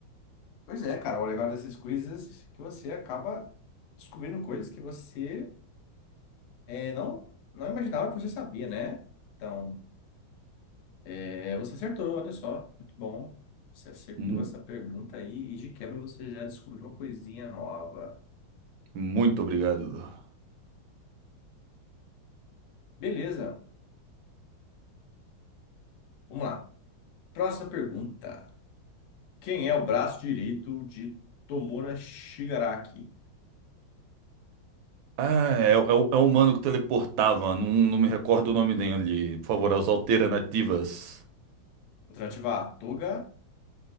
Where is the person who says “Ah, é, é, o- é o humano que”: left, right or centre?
Right